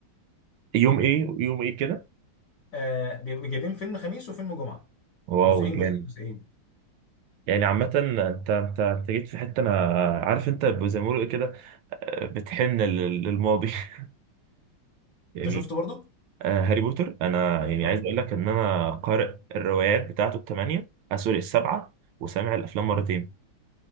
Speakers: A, on the right; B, on the left.
A: يوم ايه يوم ايه كده
B: آه بيبقوا جايبين فيلم خميس وفيلم جمعه
A: واو
B: جزئين
A: جامد
B: جزئين جزئين
A: يعني عامة انت انت انت جيت في حتة انا عارف انت زي ما بيقولوا إيه كده آه، بتحن لل- للماضي <laughs> يعني
B: انت شفته برضو؟
A: آه، هاري بوتر انا يعني
B: اه
A: عايز اقول لك ان انا قارئ الروايات بتاعته الثمانيه آه سوري السبعه وسامع الافلام مرتين